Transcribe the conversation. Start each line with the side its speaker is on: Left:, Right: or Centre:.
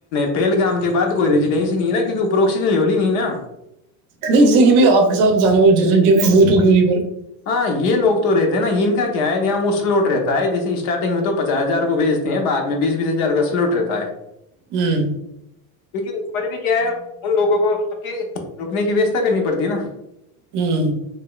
Left: پیل گام کے بد کوئی ریجیڈینسی نہیں نا کیہ اوپر آکسیجن لیول ہی نہیں نا
Right: نہیں جسی کی بھی آپ کے ساتھ جانے وال جنسنکھیا بھی بہت ہوگی ہویں پر
Left: ہاں یہ ل ہوگ تو رہتے ہیں نا ان کا کیا ہے یہ وہ سلوٹ رہتا ہے جیسے اسٹارٹنگ میں تو پچاس ہزار کو بھیجتے ہیں بعد میں بیس بیس ہزار کا سلوٹ رہتا ہے
Right: ہوں
Left: کیونکہ اس پرار بھی کیا ہے ان لوگوں کو سب کی روکنے کی ویوستھا کرنی پڑتی ہے نا
Right: ہوں